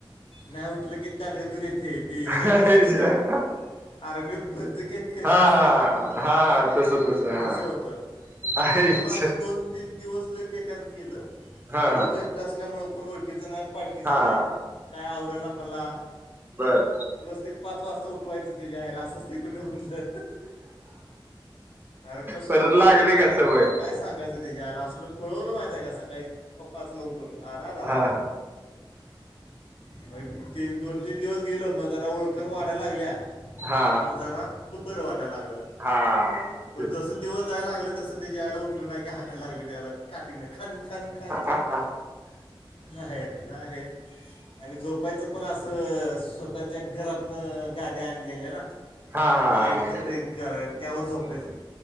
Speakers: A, on the left; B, on the right.
A: नाही उठलं कि दांड घेऊन येते ते हेजात
B: हा
A: नसते काय ते. आर मी भरती का कशी
B: हा
A: असत्या
B: हा हा तस हा
A: तस होतं.
B: आईच
A: पहिलं माझं दोन तीन दिवस लय बेकार गेलं.
B: हा
A: रडलो
B: हा
A: एकटं असल्यामुळे कोण ओळखीचं नाही पाळखीचं
B: हा
A: नाही काय आवरण मला.
B: बर.
A: मस्त ते पाच वाजता उठवायचं तेजा आईला असंच असते कुठं म्हणलं. अरे कसलच
B: परत
A: पळत्यात
B: लागली
A: माहिती
B: सवय
A: का. तुला काय सांगायचं त्याच्या आला असलं पळवलं माहिती आहे का सकाळी प पाचला उठून. उठून आ रा रा
B: हा
A: रा रा. मग ते दोन तीन दिवस गेल मग जरा ओळखण वाढा लागल्या
B: हा
A: मग जरा. बरं वाटायला लागलं
B: हा तेच
A: पण जस दिवस जायला लागलं. तसं ते ज्यायला उठलं नाही. की हाणायला लागलं त्याला काठीनं खान खान खान.
B: हा हा.
A: आहेल काय आहे. आणि झोपायचं पण असं अ स्वतःच्या घरातन गाद्या आणलेल्या ना.
B: हा
A: ती
B: हा
A: बारीक चटई क र त्यावर झोपायच.